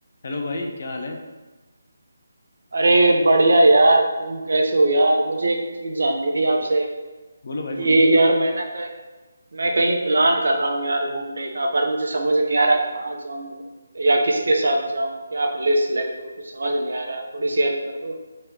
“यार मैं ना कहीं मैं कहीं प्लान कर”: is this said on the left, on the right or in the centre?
Right